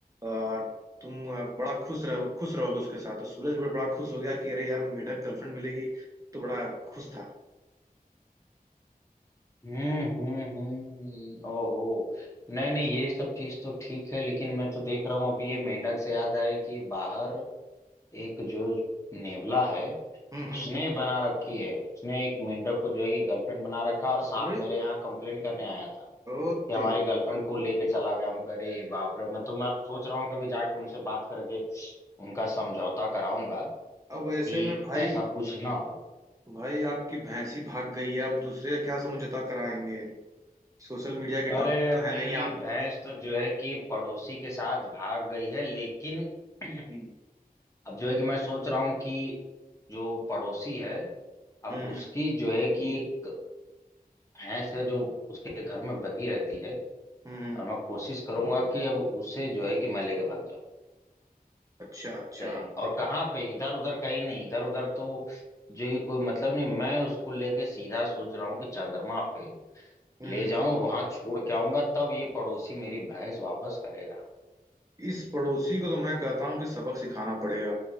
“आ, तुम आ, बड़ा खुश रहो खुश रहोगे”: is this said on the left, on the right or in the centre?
Right